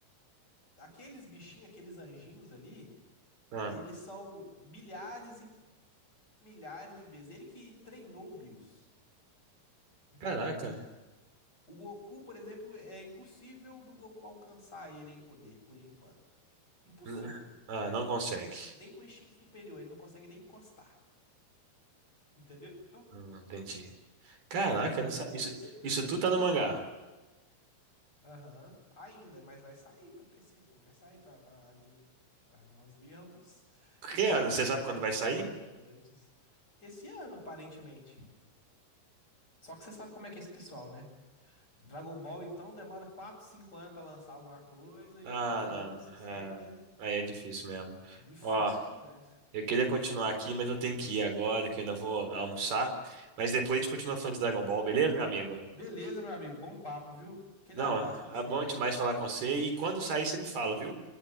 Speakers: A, on the left; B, on the right.
A: Aqueles bichinhos, aqueles anjinhos ali,
B: Ah,
A: eles são milhares e milhares de vezes. Ele que treinou o Bills, entendeu?
B: caraca.
A: O Goku, por exemplo, é impossível do Goku alcançar ele em poder, por enquanto. Impossível.
B: N- Ah, não consegue.
A: Nem com o instinto superior, ele não consegue nem encostar. Entendeu?
B: Não entendi. Caraca,
A: Isso
B: não sa-
A: é
B: Isso,
A: doideira,
B: isso
A: né?
B: tudo tá no mangá.
A: Aham, ainda, mas vai sair pra PC, pô, vai sair pra, pra anime, pra nós vermos <laughs>
B: Que
A: essas
B: ano?
A: batalhas
B: Você sabe quando vai sair?
A: emocionantes esse ano, aparentemente. Só que você sabe como é que é esse pessoal, né? Dragon Ball, então, demora 4, 5 anos pra lançar alguma coisa, e
B: Ah,
A: quando lança,
B: não.
A: assim,
B: É,
A: né?
B: aí é difícil mesmo.
A: Difícil
B: Ó,
A: demais.
B: eu queria continuar aqui, mas eu tenho que ir agora, que eu ainda vou almoçar. Mas depois a gente continua falando de Dragon Ball, beleza, meu amigo?
A: Beleza, meu amigo, bom papo, viu? Aquele
B: Não,
A: abraço pra
B: é
A: você.
B: bom demais falar com você. E quando sair, você me fala, viu?